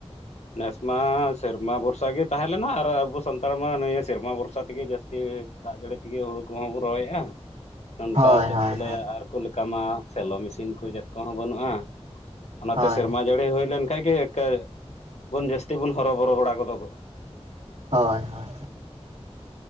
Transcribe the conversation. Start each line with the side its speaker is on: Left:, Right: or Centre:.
Left: ᱱᱮᱥᱢᱟ ᱥᱮᱨᱢᱟ ᱵᱷᱚᱨᱥᱟ ᱜᱮ ᱛᱟᱦᱮᱸ ᱞᱮᱱᱟ ᱟᱨ ᱟᱵᱚ ᱥᱟᱱᱛᱟᱲ ᱢᱟ ᱱᱤᱭᱟᱹ ᱥᱮᱨᱢᱟ ᱵᱷᱚᱨᱥᱟ ᱛᱮᱜᱮ ᱡᱟᱹᱥᱛᱤ ᱛᱤ ᱫᱟᱜ ᱡᱟᱹᱲᱤ ᱛᱮᱜᱮ ᱦᱩᱲᱩ ᱠᱚᱦᱚᱸ ᱵᱚ ᱨᱚᱦᱚᱭᱮᱜ-ᱟ᱾
Right: <unintelligible>
Left: ᱱᱚᱱᱠᱟ ᱪᱮᱫ
Right: ᱦᱳᱭ
Left: ᱠᱚ ᱞᱟᱹᱭᱟ
Right: ᱦᱳᱭ
Left: ᱟᱨᱠᱚ ᱞᱮᱠᱟ ᱢᱟ ᱥᱮᱞᱚ ᱢᱮᱥᱤᱱ ᱠᱚ ᱪᱮᱫ ᱠᱚᱦᱚᱸ ᱵᱟᱹᱱᱩᱜ-ᱟ᱾ ᱚᱱᱟᱛᱮ
Right: ᱦᱳᱭ
Left: ᱥᱮᱨᱢᱟ ᱡᱟᱹᱲᱤ ᱦᱩᱭ ᱞᱮᱱᱠᱷᱟᱡ ᱜᱮ ᱮᱠᱮ ᱵᱚᱱ ᱡᱟᱹᱥᱛᱤ ᱵᱚᱱ ᱦᱚᱨᱚᱵᱚᱨᱚ ᱵᱟᱲᱟ ᱜᱚᱫᱚᱜᱚᱜ-ᱟ᱾ <unintelligible>
Right: ᱦᱳᱭ ᱦᱳᱭ᱾